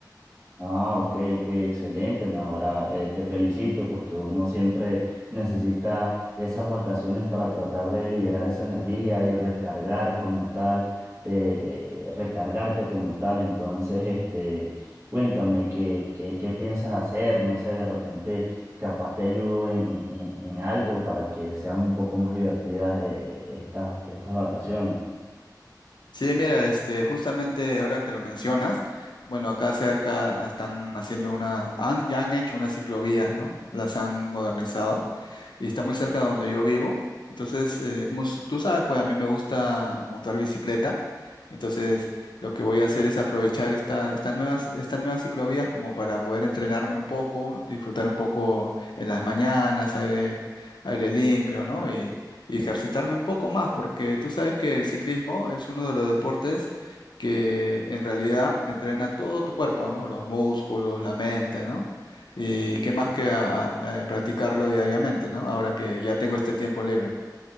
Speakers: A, on the right; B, on the left.
A: Ah, ok, ok, excelente, Ahora te felicito porque uno siempre necesita esas vacaciones para tratar de liberar esa energía y recargar como tal, eh, recargarte como tal. Entonces, este, cuéntame qué, qué, qué piensas hacer, no sé, de repente capaz te ayudo en, en, en en algo para que sean un poco más divertidas, eh, estas, estas vacaciones.
B: Sí, mira, este, justamente ahora que lo mencionas, bueno, acá cerca están haciendo una, han, ya han hecho unas ciclovías, ¿no? Las han modernizado y está muy cerca de donde yo vivo. Entonces, eh, como s- tú sabes, pues a mí me gusta montar bicicleta. Entonces, lo que voy a hacer es aprovechar esta- estas nuevas, estas nuevas ciclovías como para poder entrenarme un poco, disfrutar un poco en las mañanas, aire, aire limpio, ¿no? Y, y ejercitarme un poco más, porque tú sabes que el ciclismo es uno de los deportes que en realidad entrena todo tu cuerpo, ¿no? Los músculos, la mente, ¿no? Y qué más que a- a- a practicarlo diariamente, ¿no? Ahora que ya tengo este tiempo libre.